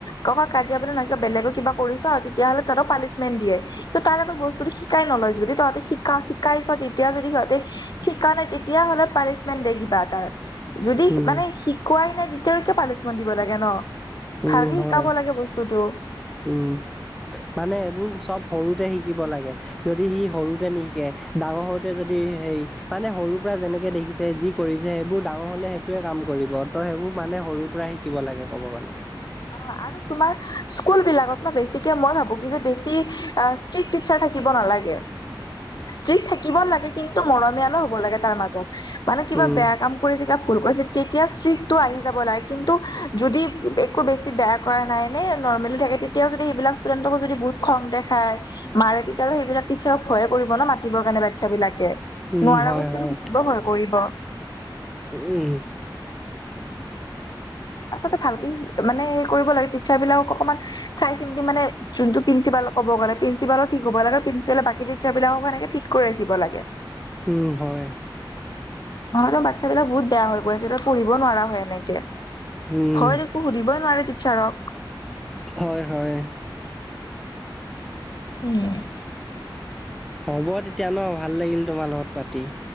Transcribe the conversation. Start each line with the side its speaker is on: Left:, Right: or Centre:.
Left: কব কাজিয়া বুলি নাই কি বেলেগো কিবা কৰিছ তেতিয়া হ'লে তাতো পানিচমেন্ট দিয়ে কি তাৰ লগত বস্তুটো শিকাই নলয় যদি তহঁতে শিকা শিকাই চ তেতিয়া যদি সিহঁতে শিকা নাই তেতিয়া হ'লে পানিচ মেণ্ট দে কিবা এটা। যদি
Centre: উম,
Left: মানে শিকোৱাই নাই তেতিয়া আৰু কিয় পানিছমেণ্ট দিব লাগে ন ভালকে
Centre: উম,
Left: শিকাব
Centre: হয়।
Left: লাগে বস্তুটো
Centre: উম মানে এইবোৰ চব সৰুতে শিকিব লাগে যদি সি সৰুতে নিশিকে ডাঙৰ হওঁতে যদি সেই মানে সৰুৰ পৰা যেনেকে দেখিছে যি কৰিছে সেইবোৰ ডাঙৰ হলে সেইটোৱে কাম কৰিব ত' সেইবোৰ মানে সৰুৰ পৰা শিকিব লাগে ক'ব গ'লে
Left: অ আৰু তোমাৰ স্কুল বিলাকত ন বেছিকে মই ভাবো কি যে বেছি ষ্ট্ৰিক টিচাৰ থাকিব নালাগে ষ্ট্ৰিক থাকিব লাগে কিন্তু মৰমিয়ালো হ'ব লাগে তাৰ মাজত মানে কিবা
Centre: উম,
Left: বেয়া কাম কৰি যদি ভুল কৰিছে তেতিয়া ষ্ট্ৰিকটো আহি যাব লাগে কিন্তু যদি একো বেছি বেয়া কৰা নাই নে নৰ্মেলি থাকে তেতিয়াও যদি সেইবিলাক ষ্টুডেন্টকো যদি বহুত খং দেখায় মাৰে পিটে তেতিয়াহলে সেইবিলাক টিচাৰক ভয়ে কৰিব ন মাতিবৰ কাৰণে বাচ্ছা বিলাকে
Centre: উম,
Left: নোৱাৰা
Centre: হয়,
Left: বস্তুটো
Centre: হয়,
Left: সুধিব ভয় কৰিব
Centre: উম
Left: তে ভালকে শি মানে হে কৰিব লাগে টিচাৰ বিলাকক অকমান চাই চিন্তি মানে যোনটো পিন্ঞ্চিপাল ক'ব গলে প্ৰিঞ্চিপালো ঠিক হব লাগে প্ৰিঞ্চিপালে বাকী টিচাৰ বিলাককো সেনেকে ঠিক কৰি ৰাখিব লাগে
Centre: উম হয়
Left: ভয়তে বাচ্ছা বিলাক বহুত বেয়া হৈ গৈ আছে এতিয়া পঢ়িব নোৱাৰা হয় এনেকে
Centre: উম,
Left: ভয় দে একো সুধিবই নোৱাৰে টিচাৰক
Centre: হয় হয়
Left: উম
Centre: হ'ব তেতিয়া ন ভাল লাগিল তোমাৰ লগত পাতি